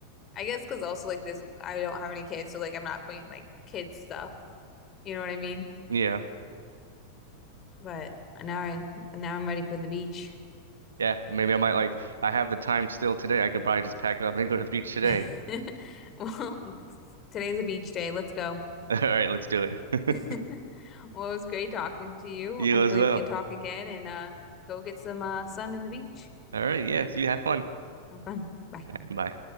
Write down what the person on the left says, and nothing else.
I guess because also like this, I don't have any kids, so like I'm not bringing like kids stuff. You know what I mean?
But now I now I'm ready for the beach.
<laughs> Well, today's a beach day. Let's go.
<laughs>
Well, it was great talking to you.
Hopefully,
we can talk again and uh, go get some uh, sun in the beach.
Have fun. Bye.